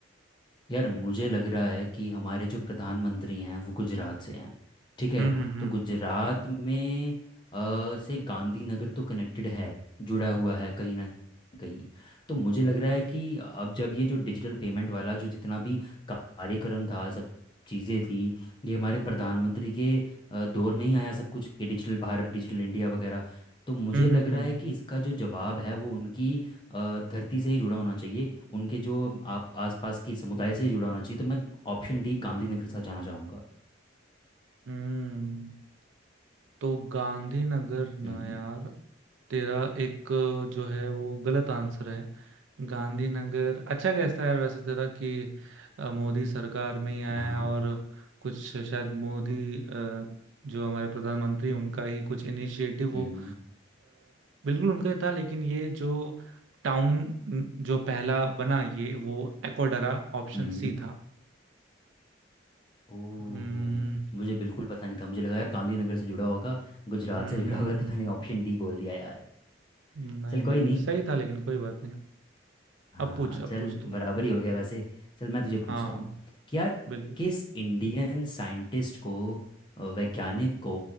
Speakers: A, on the left (about 25°); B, on the right (about 75°).
A: यार मुझे लग रहा है कि हमारे जो प्रधानमंत्री हैं वो गुजरात से हैं ठीक है
B: हम्म हम्म
A: तो गुजरात में अ, से गांधीनगर तो कनेक्टेड है जुड़ा हुआ है कहीं ना कहीं तो मुझे लग रहा है कि अब जब ये जो डिजिटल पेमेंट वाला जो जितना भी कार्यक्रम था सब चीज़ें थी ये हमारे प्रधानमंत्री के अ, दौर में ही आया सब कुछ ये डिजिटल भारत डिजिटल इंडिया वगैरह तो मुझे
B: हम्म
A: लग
B: हम्म हम्म
A: रहा
B: हम्म,
A: है कि इसका जो जवाब है वो उनकी अ, धरती से ही जुड़ा होना चाहिए उनके जो आप आसपास की समुदाय से ही जुड़ा होना चाहिए तो मैं ऑप्शन डी गांधीनगर के साथ जाना चाहूँगा
B: हम्म। तो गांधीनगर
A: हम्म
B: ना यार तेरा एक जो है वो गलत आंसर है गांधीनगर अच्छा कैसा है यार वैसे तेरा कि अ, मोदी सरकार में ही आया
A: हाँ हाँ
B: है और कुछ शायद मोदी अ, जो हमारे प्रधानमंत्री हैं, उनका ही कुछ इनिशिएटिव
A: हम्म
B: हो अ, बिल्कुल उनका ही था लेकिन ये जो टाउन जो पहला बना ये वो एकोडरा ऑप्शन
A: हम्म
B: सी था
A: ओ
B: हम्म
A: मुझे बिल्कुल पता नहीं था मुझे लगा यार गांधीनगर से जुड़ा होगा गुजरात
B: हम्म
A: से जुड़ा
B: हम्म
A: होगा
B: हम्म।
A: तो मैंने ऑप्शन डी बोल दिया यार
B: नहीं
A: चल
B: भाई
A: कोई नहीं
B: सही था लेकिन कोई बात नहीं
A: हाँ
B: अब पूछ अब
A: चल
B: पूछ तू
A: बराबर ही हो गया वैसे चल मैं तुझे पूछता
B: हाँ
A: हूँ कि यार
B: बिल्कुल
A: किस इंडियन साइंटिस्ट को अ, वैज्ञानिक को